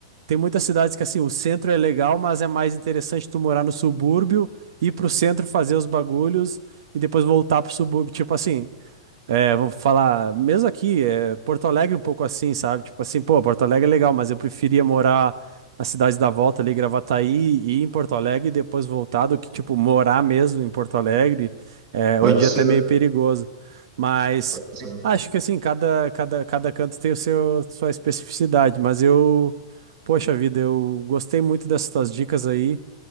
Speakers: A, on the right (about 65°); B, on the right (about 45°).
A: tem muitas cidades que assim, o centro é legal, mas é mais interessante tu morar no subúrbio, ir pro centro fazer os bagulhos e depois voltar pro subúrbio. Tipo assim, é, vamos falar, mesmo aqui, é, Porto Alegre um pouco assim, sabe? Tipo assim, pô, Porto Alegre é legal, mas eu preferia morar na cidade da volta ali, Gravataí, e ir em Porto Alegre e depois voltar do que, tipo, morar mesmo em Porto Alegre. É,
B: Pode
A: hoje em dia
B: ser,
A: é até meio perigoso. Mas
B: pode ser.
A: acho que assim, cada, cada, cada canto tem o seu, sua especificidade, mas eu, poxa vida, eu gostei muito dessas tuas dicas aí.